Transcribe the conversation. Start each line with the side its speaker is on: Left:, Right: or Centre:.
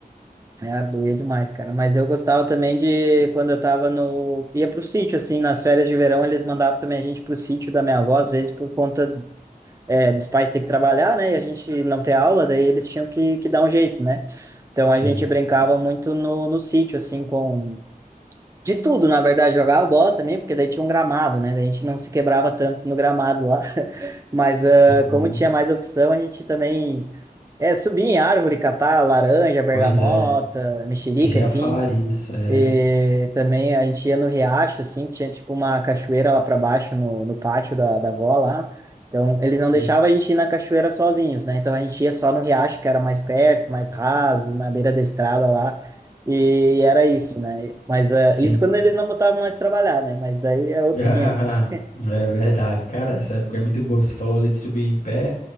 Right: É, Arbuia é demais, cara. Mas eu gostava também de quando eu tava no. ia pro sítio, assim, nas férias de verão, eles mandavam também a gente pro sítio da minha avó, às vezes por conta é, dos pais ter que trabalhar, né? E a gente não ter aula, daí eles tinham que, que dar um jeito, né? Então
Left: sim.
Right: a gente brincava muito no, no sítio, assim, com. De tudo, na verdade, jogava bola também, porque daí tinha um gramado, né? Daí a gente não se quebrava tanto no gramado lá. <laughs> Mas ah,
Left: Uhum.
Right: como tinha mais opção, a gente também. É, subir em árvore, catar laranja, bergamota,
Left: Pois é,
Right: mexerica,
Left: eu já
Right: enfim.
Left: ia falar isso, é.
Right: E também a gente ia no riacho, assim, tinha tipo uma cachoeira lá para baixo no, no pátio da, da avó lá. Então, eles não deixavam
Left: Hum,
Right: a gente ir na cachoeira sozinhos, né? Então, a gente ia só no riacho, que era mais perto, mais raso, na beira da estrada lá. E, era isso, né? Mas eh,
Left: Sim,
Right: isso quando eles não botavam nós trabalhar, né? Mas daí é outros
Left: <laughs>
Right: quinhentos
Left: É verdade, cara. Essa época é muito boa. Você falou ali de subir em pé.